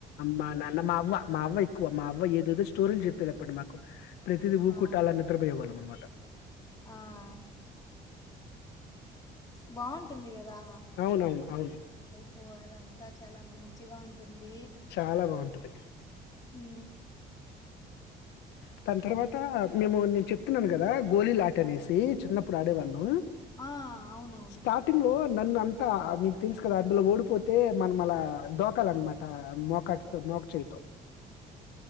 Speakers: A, on the left; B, on the left.
A: మా నాన్న మా అవ మా అవ్వ ఎక్కువ మా అవ్వ ఏదేదో స్టోరీలు చెప్పేది అప్ప మాకు ప్రతిద
B: ఆ!
A: ఊ కుట్టాలని నిద్రపోయ వాళ్ళ అనమాట
B: ఆ! బాగుంటుంది కదా
A: అవునవును అవును
B: ప్పు అదంతా చాలా మంచిగా ఉంట ఉంది
A: చాలా బావుంటది.
B: ఉ
A: ఉ దాని తర్వాత మేము నేను చెప్తున్నాను కదా గోళలాట అనేసి చిన్నప్పుడు ఆడేవాను
B: ఆ అవునవును
A: స్టార్టింగ్ లో నన్ను అంతా మీకు తెలుసు కదా అందులో ఓడిపోతే మనం అలా దోకాలన్నమాట మోకాటితో మోక చేయితో